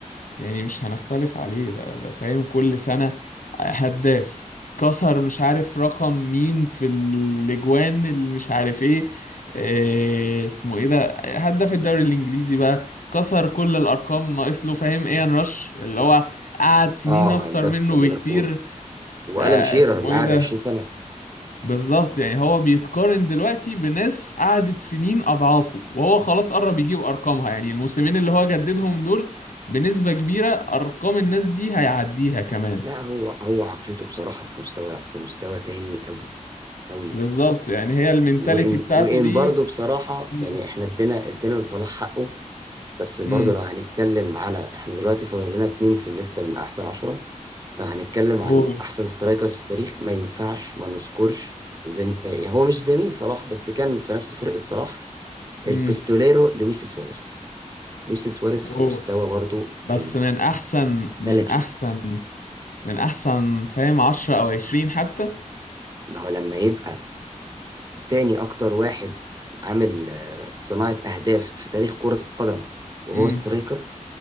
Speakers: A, on the left; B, on the right.
A: يعني مش هنختلف عليه ده ده فاهم كل سنة هداف كسر مش عارف رقم مين في الاجوان اللي مش عارف ايه آه اسمه ايه ده هداف الدوري الانجليزي بقى كسر كل الارقام ناقص له فاهم ايان رش اللي هو قعد سنين
B: اه
A: اكتر
B: هداف
A: منه
B: ليفربول
A: بكتير
B: والان
A: آه
B: شيرر
A: اسمه
B: اللي
A: ايه
B: قعد
A: ده
B: 20 سنه
A: بالظبط يعني هو بيتقارن دلوقتي بناس قعدت سنين اضعافه وهو خلاص قرب يجيب ارقامها يعني الموسمين اللي هو جددهم دول بنسبة كبيرة ارقام الناس دي هيعديها كمان
B: لا هو هو عقليته بصراحه في مستوى في مستوى تاني قوي قوي
A: بالظبط يعني هي المينتاليتي
B: وان
A: بتاعته
B: وان
A: دي
B: برضه بصراحه
A: امم
B: يعني احنا ادينا ادينا لصلاح حقه بس برضه
A: امم
B: لو هنتكلم على احنا دلوقتي فاضل لنا اتنين في الليسته من احسن عشرة لو هنتكلم
A: قول
B: عن احسن سترايكرز في التاريخ ما ينفعش ما نذكرش زم... يعني هو مش زميل صلاح بس كان في نفس فرقه صلاح البستوليرو
A: امم
B: لويس سواريز لويس سواريز
A: قول
B: في مستوى برضه
A: بس
B: تاني
A: من احسن من
B: فلكي
A: احسن من احسن فاهم 10 او 20 حتى
B: ما هو لما يبقى تاني اكتر واحد عامل آه، صناعه اهداف في تاريخ كره القدم وهو
A: امم
B: سترايكر